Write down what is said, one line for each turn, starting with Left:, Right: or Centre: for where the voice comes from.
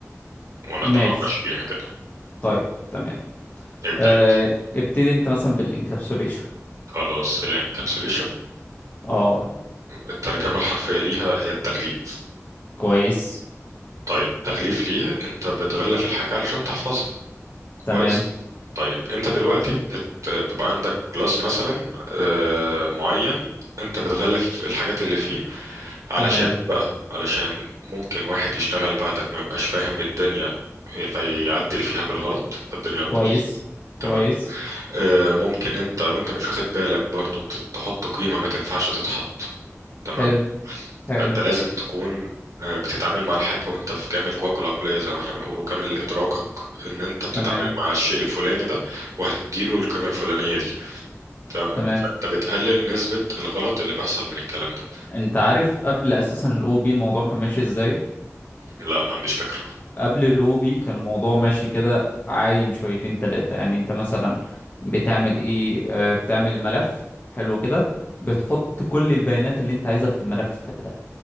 Right: ونتناقش
Left: ماشي
Right: فيها كده
Left: طيب تمام
Right: ابدأ
Left: آه
Right: انت
Left: ابتدي انت مثلا بالانكابسوليشن
Right: خلاص الانكابسوليشن
Left: اه
Right: الترجمة الحرفية ليها هي التغليف
Left: كويس
Right: طيب تغليف ليه؟ انت بتغلف الحاجة علشان تحفظها
Left: تمام
Right: كويس طيب انت دلوقتي بت... بيبقى عندك كلاس مثلا آه، معين انت بتغلف الحاجات اللي فيه علشان
Left: تمام
Right: بقى علشان ممكن واحد يشتغل بعدك ما يبقاش فاهم الدنيا فيعدل فيها بالغلط فالدنيا
Left: كويس
Right: تبوظ
Left: كويس
Right: تمام آه، ممكن انت وانت مش واخد بالك برضو ت- تحط قيمة ما تنفعش تتحط تمام
Left: حلو حلو
Right: فانت لازم تكون آه، بتتعامل مع الحاجة وانت في كامل قواك العقلية زي ما احنا بنقول وكامل ادراكك ان انت بتتعامل
Left: تمام
Right: مع الشيء الفلاني ده وهتديله القيمة الفلانية دي تمام
Left: تمام
Right: فانت بتقلل نسبة الغلط اللي بيحصل من الكلام ده
Left: انت عارف قبل اساسا الاو بي الموضوع كان ماشي ازاي
Right: لا ما عنديش فكرة
Left: قبل الاو بي كان الموضوع ماشي كده عايم شويتين تلاتة يعني انت مثلا بتعمل ايه آه بتعمل ملف حلو كده بتحط كل البيانات اللي انت عايزها في الملف ده